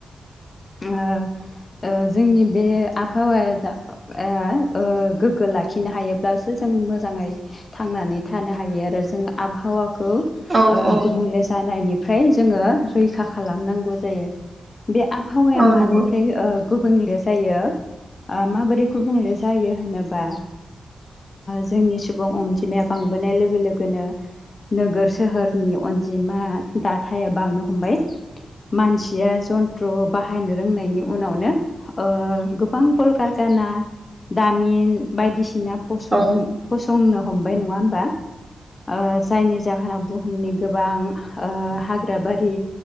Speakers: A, on the left; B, on the right.
A: ओ ओ जोंनि बे आबहावाया जा आ ओ गोग्गो लाखिनो हायो। सो जों मोजांङै थांनानै थानो हायो आरो जों आबहावा खौ
B: औ
A: ओ
B: औ
A: गुबुंले जानायनिफ्राय जोंङो रैखा खालामनांगौ जायो। बे आबहावाया
B: औ
A: मानिफ्राय
B: नंगौ
A: ओ गुबुंले जायो ओ माबोरै गुबुंले जायो होनोब्ला जोंनि सुबुं अनजिमाया बांबोनाय लोगो लोगोनो नोगोर सोहोरनि अनजिमा दाथाया बांनो हमबाय। मानसिया जन्थ्र बाहायनो रोंनायनि उनावनो ओ गोबां कलकारखा ना दामिन बायदिसिना फसं
B: औ
A: फसंनो हमबाय नंङा होमबा? ओ जायनि जाहोनाव बुहुमनि गोबां ओ हाग्रा बारि